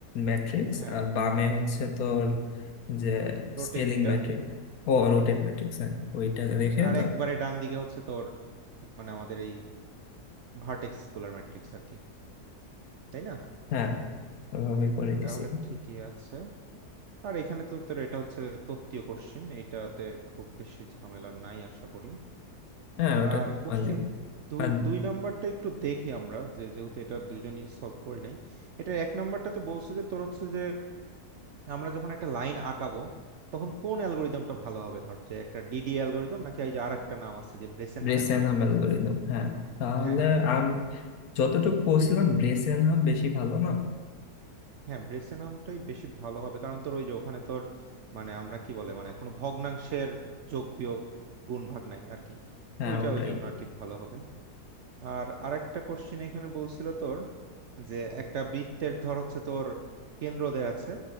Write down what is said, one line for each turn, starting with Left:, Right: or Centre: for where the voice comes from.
Left: ম্যাট্রিক্স
Right: হ্যাঁ
Left: আর বামে হচ্ছে তোর যে
Right: রোটেটটা
Left: স্কেলিং ম্যাট্রিক্স ও রোটেট ম্যাট্রিক্স হ্যাঁ ওইটা দেখে
Right: আর
Left: তার
Right: একবারে ডান দিকে হচ্ছে তোর মানে আমাদের এই ভার্টেক্স স্কুলার ম্যাট্রিক্স আর কি তাই না
Left: হ্যাঁ ওইভাবেই করে
Right: তাহলে
Left: দিছি
Right: ঠিকই আছে আর এখানে তো তোর এটা হচ্ছে তত্ত্বীয় কোশ্চেন এইটাতে খুব বেশি ঝামেলা নাই আশা করি
Left: হ্যাঁ ওইটা
Right: আর
Left: নর্মালি
Right: কোশ্চেন দুই
Left: আর
Right: দুই নাম্বারটা একটু দেখি আমরা যে যেহেতু এটা দুইজনই সলভ করি নাই এটা এক নাম্বারটাতে বলছে যে তোর হচ্ছে যে আমরা যখন একটা লাইন আঁকাবো তখন কোন অ্যালগোরিদমটা ভালো হবে ধর যে একটা ডিডি অ্যালগোরিদম নাকি এই যে আর একটা নাম আছে যে ব্রেসেনহাম
Left: ব্রেস
Right: অ্যালগোরিদম
Left: এনহাম অ্যালগোরিদম হ্যাঁ তাহলে
Right: হ্যাঁ হ্যাঁ
Left: আম যতটুকু পড়ছিলাম ব্রেস এনহাম বেশি ভালো না
Right: হ্যাঁ ব্রেসেনহামটাই বেশি ভালো হবে কারণ তোর ওই যে ওখানে তোর মানে আমরা কি বলে মানে কোনো ভগ্নাংশের যোগ বিয়োগ গুণ ভাগ নাই আর কি
Left: হ্যাঁ
Right: ওইটা
Left: ওটাই
Right: ওই জন্য আর কি ভালো হবে আর আরেকটা কোশ্চেন এখানে বলছিল তোর যে একটা বৃত্তের ধর হচ্ছে তোর কেন্দ্র দেয়া আছে